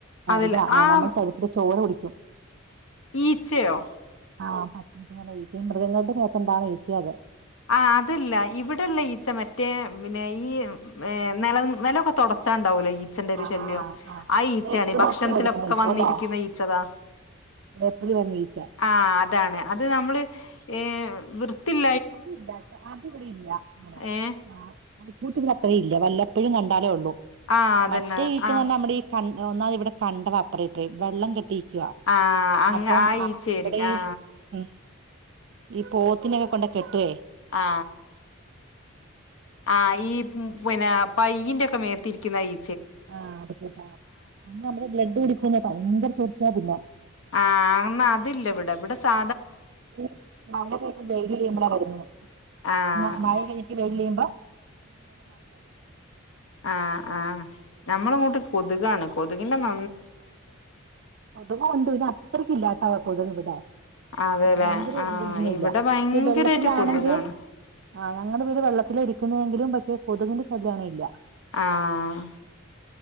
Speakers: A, on the left; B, on the right.
A: അതിൽ
B: ഇതാ
A: ആഹ്
B: നമ്മുടെ ശരീരത്തി ലെ ചോര കുടിക്കും
A: ഈച്ചയോ
B: ആ പച്ചിച്ചേന. മൃഗങ്ങളുടെ ദേഹ്ത്തൊണ്ടാക്കുന്ന ഈച്ചയത്.
A: ആ അതല്ല. ഇവെടെള്ള ഈച്ച മറ്റേ പിന്നെ ഈ നില നിലൊക്കെ തൊട ച്ചൊണ്ടാവൂല ഈ ച്ചന്റെ ഒര്.
B: ആഹ്
A: ശല്യോ.
B: ആഹ് ആഹ്
A: ആ ഈച്ചയാണ്
B: ഏപ്രിൽ
A: ഈ ഭക്ഷണത്തിലൊക്കെ
B: മാസത്തിൽ വരുന്ന ഈച്ച
A: വന്നിരിക്കുന്ന
B: അല്ലേ
A: ഈച്ചതാ.
B: ഏപ്രിൽ വരുന്ന ഈച്ച
A: ആഹ് അതാണ്. അത് നമ്മള് ഏഹ് വൃത്തിയു
B: അതില്ലട്ടോ. അതിവിടെയില്ല. അങ്ങനെ
A: ഏ
B: ആഹ്. അത് കൂട്ടിൽ അത്രേയില്ല. വെല്ലപ്പോഴും കണ്ടാലേ ഉള്ളൂ.
A: ആ അതന്നെ
B: മറ്റേ ഈച്ച
A: ആ
B: തന്നെ നമ്മെടെയി കൺ ഒന്നാത് ഇവെടെ കണ്ടതാപ്പറേപ്പിറേയും വെള്ളം കെട്ടിയിക്കുവ.
A: ആ അങ്ങ
B: അപ്പം
A: ആ
B: അ
A: ഈച്ചയായിരിക്കും
B: ഇവെടെയി
A: ആ
B: ഉ ഈ പോത്തിനെക്കെ കൊണ്ട് കെട്ടുവേ.
A: ആ ആ ഈ പിന്നെ പയ്യിന്റെ മേത്തിരിക്ക്ന്ന ഈ
B: ആ അതെക്കെട്ടോ അത് നമ്മെടെ ബ്ലഡ് കുടിക്കുന്ന ഭയങ്കര ചൊറിച്ചില്ലാ പിന്നെ.
A: ആ അന്നാ അതില്ലവെടെ ഇവെടെ സാ
B: രീം നല്ല ധൈര്യം വെയ്ലു വെരുമ്പളാ വെരുന്നേ.
A: ആഹ്
B: മ മഴ കഴിഞ്ഞിട്ട് വെയ്ല് വെരുമ്പോ.
A: ആ ആ ഞമ്മളിങ്ങോട്ട് കൊതുകാണ്. കൊതുകിന്റെ മ
B: കൊതുക്കൊണ്ട്. ടെ അത്രക്കില്ലാട്ടാ കൊതുകി വെടെ.
A: അതെല്ലേ
B: ഭയങ്കര
A: ആഹ്
B: ഇതൊന്നുല്ല.
A: ഇവിടെ ഭയങ്കരായിട്ട്
B: പക്ഷെ വെള്ളത്തിലാണങ്കേ.
A: കൊതുകാണ്
B: ആ് ഞങ്ങടെ വീട് വെള്ളത്തിരിക്കുന്നവെങ്കിലും പക്ഷേ കൊതുകിന്റെ ശല്യങ്ങണേയില്ല.
A: ആഹ്